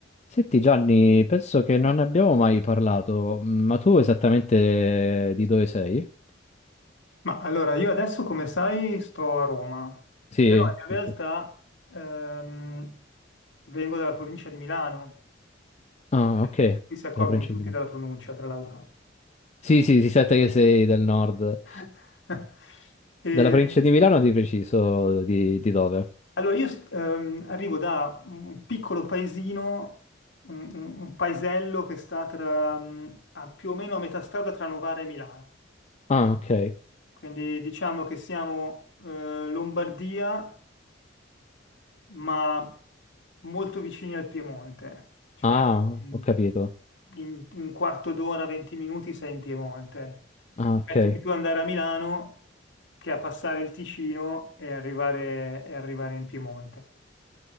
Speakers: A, on the left; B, on the left.
A: Senti Gianni, penso che non ne abbiamo mai parlato, ma tu esattamente di dove sei?
B: Ma allora, io adesso, come sai, sto a Roma,
A: Sì,
B: però in realtà
A: sì, sì.
B: ehm, vengo dalla provincia di Milano,
A: Ah,
B: come
A: ok,
B: qui si accorgono
A: della provincia
B: tutti
A: di Milano.
B: della pronuncia, tra l'altro.
A: Sì, sì, si sente che sei del nord.
B: <laughs> E,
A: Della provincia di Milano di preciso, di, di dove?
B: allora, io ehm, arrivo da un piccolo paesino, un, un- un paesello che sta tra, mm, a più o meno a metà strada tra Novara e Milano,
A: Ah, ok.
B: quindi diciamo che siamo eh, Lombardia. ma molto vicini al Piemonte, cioè
A: Ah,
B: in
A: ho capito.
B: in un quarto d'ora, 20 minuti sei in Piemonte.
A: Ah, ok.
B: Metti di più andare a Milano che a passare il Ticino e arrivare, e arrivare in Piemonte.